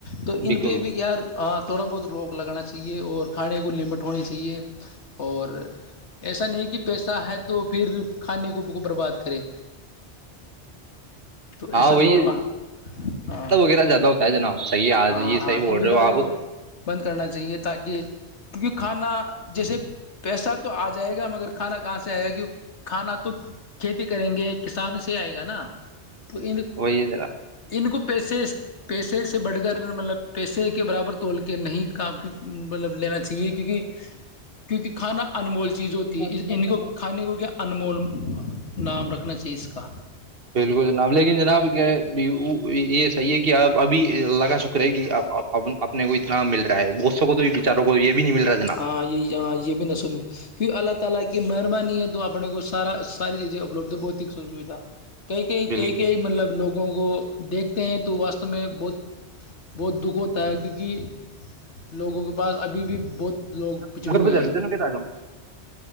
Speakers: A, on the left; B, on the right.
A: تو ان
B: بالکل
A: بی بھی یار تھوڑا بہت روک لگاننا چاہیے اور کھانے کو لمٹ ہونی چاہیے اور ایسا نہیں کہ پیسہ ہے تو پھر کھانے کو وہ برباد کرے تو
B: ہاں
A: ایسا
B: وہی
A: دور ہاں
B: <unintelligible>
A: ہاں ہاں تو بھی گاڑی کو بند کرنا چاہیے تاکہ کیونکہ کھانا جیسے پیسہ تو آجائے گا مگر کھانا کہاں سے آئے گا کی کھانا تو کھیتی کریں گے کسان سے آئے گا نا تو ان
B: وہی ہے
A: ان کو پیسے پیسے سے بڑھ کر مطلب پیسے کے برابر توڑ کے نہیں کام مطلب لینا چاہیے کیونکہ کیونکہ کھانا انمول چیز ہوتی
B: جناب
A: ہے ان کو کھانے کو کیا انمول نام رکھنا چاہیے اس کا
B: بالکل جناب لیکن جناب کیا ہے یہ صی ہے کہ اب ابھی اللہ کا شکر ہے کہ اپنے کو اتنا مل رہا ہے دووں کو تو بھی بچاروں کو یہ بھی نہیں مل رہا جناب
A: ہاں یہ یہاں یہ بھی نسل ہے فر اللہ تعالی کی مہربانی ہے تو اپنے کو سارا ساری چیزیں اپلبدھ بتک س سوھا کئی کئی
B: بالکل
A: کئی کئی مطلب لوگوں کو دیکھ تی ہیں تو واسستو میں بہت بہت دکھ ہوتا ہے کیونکہ لوگوں کو بس ابھی بھی بہت لوگ پچھڑے
B: گھر
A: ہوئے
B: پہ
A: ہیں
B: ضرور نا پھر آ جاؤں